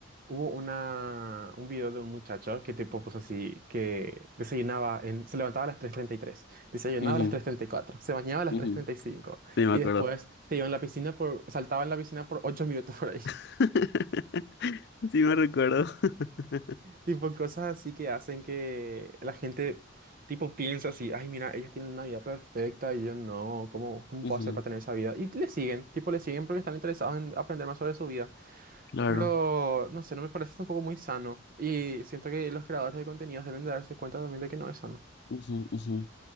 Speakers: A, on the right; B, on the left.
A: hubo una, un video de un muchacho que tipo puso así, que desayunaba en, se levantaba a las tres treinta y tres desayunaba
B: Ujú,
A: a las tres treinta y cuatro se bañaba a las
B: ujú.
A: tres treinta y cinco
B: Sí, me
A: y
B: acuerdo.
A: después se iba en la piscina por, saltaba en la piscina por 8 minutos por ahí.
B: <laughs> Sí me recuerdo. <laughs>
A: Tipo cosas así que hacen que la gente, tipo, piensa así, ay, mira, ellos tienen una vida perfecta y yo no, ¿cómo, cómo
B: Ujú,
A: puedo hacer para tener esa vida? Y le siguen, tipo, le siguen porque están interesados en aprender más sobre su vida.
B: Claro.
A: Pero, no sé, no me parece tampoco muy sano. Y siento que los creadores de contenidos deben de darse cuenta también de que no es sano.
B: ujú, ujú.